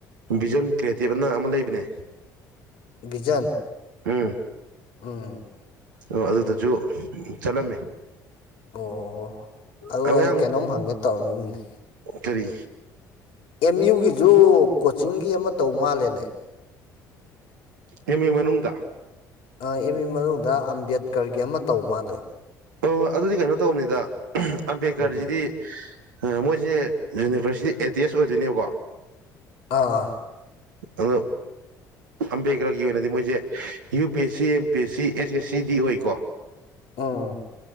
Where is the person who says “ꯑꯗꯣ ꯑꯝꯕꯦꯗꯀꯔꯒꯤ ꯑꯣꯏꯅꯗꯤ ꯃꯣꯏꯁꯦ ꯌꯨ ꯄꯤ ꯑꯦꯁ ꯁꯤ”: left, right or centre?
Right